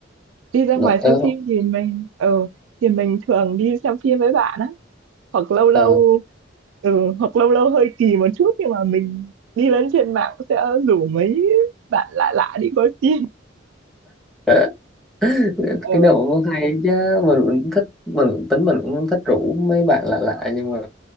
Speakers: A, on the right; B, in the centre.
A: đi ra
B: Ờ,
A: ngoài
B: ờ,
A: xem phim thì mình ừ, thì mình thường đi xem phim với bạn á hoặc lâu lâu
B: ờ.
A: ừ, hoặc lâu lâu hơi kỳ một chút nhưng mà mình đi lên trên mạng sẽ rủ mấy bạn lạ lạ đi coi phim
B: <laughs>
A: <laughs> ừ.
B: cái nào cũng hay chứ mình cũng thích mình cũng tính mình cũng thích rủ mấy bạn lạ lạ nhưng mà